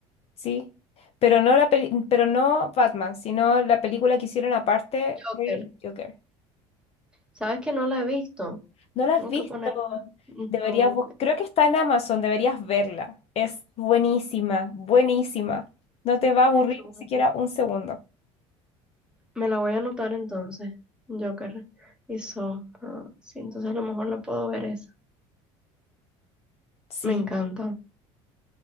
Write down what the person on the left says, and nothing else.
Sí. Pero no la peli- pero no Batman, sino la película que hicieron aparte
de Joker.
¿No la
has visto?
Deberías
bus- Creo que está en Amazon, deberías verla. Es buenísima, buenísima. No te va a aburrir
ni siquiera un segundo.
Sí,